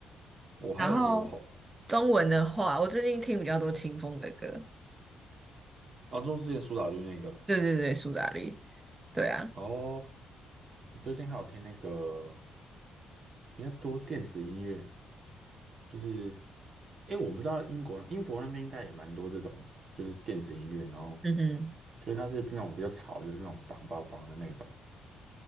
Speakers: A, on the right; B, on the right.
A: 我还有我好，
B: 然后中文的话，我最近听比较多清风的歌。
A: 啊，就之前苏打绿那个
B: 对对对，苏打绿。对啊，
A: 哦，我最近还有听那个比较多电子音乐，就是诶，我不知道英国英国那边应该也蛮多这种，就是电子音乐，然后
B: 嗯哼，
A: 就是它是那种比较吵，就是那种梆梆梆的那种。